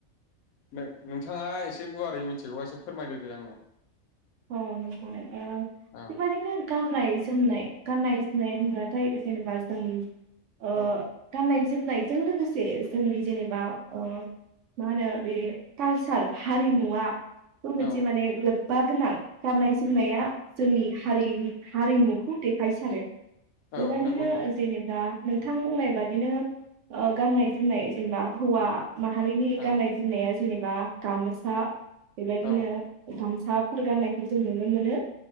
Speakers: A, on the left; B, on the right.
A: नोंथाङा एसे गुवारै मिथिगौबा एसे फोरमायदोदे आंनो?
B: हनै हनै ओ
A: औ
B: बेबादिनो गाननाय -जोमनाय गाननाय -जोमनाय होनब्लाथाय जेनेबा जोंनि ओ
A: औ
B: गाननाय जोमनायजों लोगोसे जोंनि जेनेबा ओ मा होनो बे खालसार हारिमुआ बेखौ मोनसे
A: औ
B: माने <unintelligible> गाननाय- जोमनाया जोंनि हारिनि हारिमुखौ देखायसारो।
A: औ
B: बेबदिनो
A: नंगौ नोंथां
B: जेनेबा नोंथां बुंनाय बादिनो ओ गाननाय- जोमनाय जेनेबा हौवा माहारिनि
A: औ
B: गाननाय- जोमनाया जेनेबा गामसा बेबायदिनो
A: औ
B: <unintelligible> <unintelligible> गान्नाय जों नुनो मोनो।